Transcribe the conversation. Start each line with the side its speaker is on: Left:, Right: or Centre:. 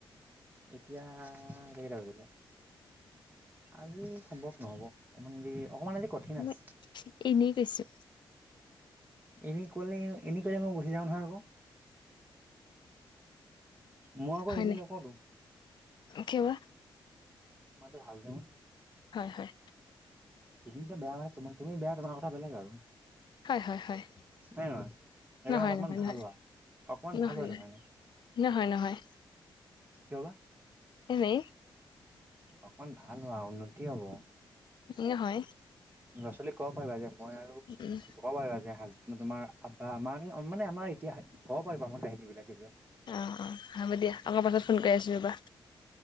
Right: এতিয়া এতিয়া কেটা বাজিলে আজি সম্ভৱ নহব অকমান দি অকমান আজি কঠিন
Left: মই
Right: আছে
Left: এনেই কৈছো
Right: এনেই কলে এনেই কলে মই গুচি যাম নহয় আকৌ মই আকৌ
Left: হয়
Right: এনেই
Left: নাই
Right: নকওটো
Left: কিয় বা
Right: মাটতো ভাল যে মোৰ
Left: হয় হয়
Right: তুমি যে বেয়া মানে তোমা তুমি বেয়া তোমাৰ কথা বেলেগ আৰু
Left: হয়, হয়, হয়,
Right: হয় নহয় এইবে
Left: নহয়,
Right: অলপমান
Left: নহয়,
Right: ভাল
Left: নহয়,
Right: হোৱা অকমান
Left: নহয়,
Right: ভাল হোৱা
Left: নহয়।
Right: সেইটো কাৰণে
Left: নহয় নহয়
Right: কিয় বা
Left: এনে
Right: অকমান ভাল হোৱা উন্নতি হব
Left: ই হয়
Right: ল' ছোৱালীক ক'ব পাৰিবা যে মই আৰু
Left: উম
Right: ক'ব পাৰিবা যে হাজ ম তোমাৰ আপা মানি আমাৰ মানে আমাৰ এতিয়া কব পাৰিব আমাৰ কাহিনী বিলাক তেতিয়া
Left: অঁ অঁ হ'ব দিয়া অ মই পাছত ফোন কৰি আছোঁ ৰবা